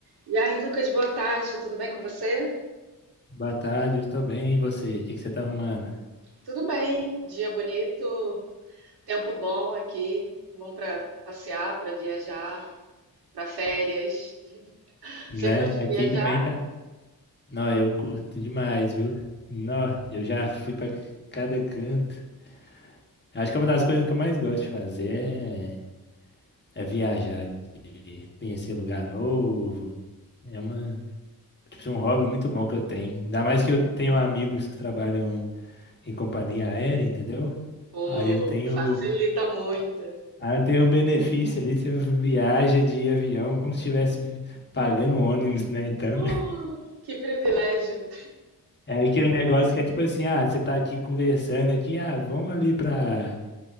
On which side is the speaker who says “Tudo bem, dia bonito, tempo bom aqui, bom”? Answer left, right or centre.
Right